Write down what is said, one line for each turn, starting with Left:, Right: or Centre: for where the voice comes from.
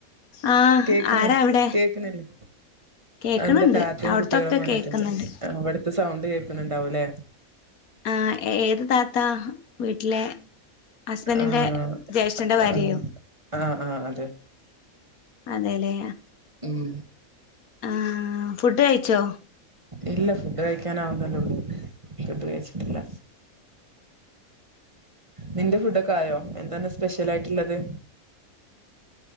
Left: ആഹ്
Right: കേക്കുന്നില്ല
Left: ആരാ അവിടെ
Right: കേക്കുന്നില്ലേ
Left: കേക്കണണ്ട്
Right: അവിടെ താത്തയും
Left: അവിടത്തൊക്കെ
Right: കുട്ട്യേളും വന്നിട്ടുണ്ട്.
Left: കേക്കുന്നുണ്ട്
Right: അപ ഇവിട്ത്തെ സൗണ്ട് കേക്കുന്നുണ്ടാവുലേ.
Left: ആ ഏത് താത്ത വീട്ടിലെ ഹസ്ബൻഡറിന്റെ
Right: ആഹ്
Left: ജ്യേഷ്ഠന്റെ ഭാര്യയോ
Right: ആഹ് ആഹ് ആഹ് അതെ
Left: അതെല്ലേ
Right: ഉം
Left: ആഹ് ഫുഡ് കഴിച്ചോ
Right: ഇല്ല ഫുഡ് കഴിക്കാൻ ആവുന്നെ ലൊള്ളൂ. ഫുഡ് കഴിച്ചിട്ടില്ല. നിന്റെ ഫുഡൊക്കെ ആയോ എന്താണ് സ്പെഷ്യൽ ആയിട്ട്ല്ലത്.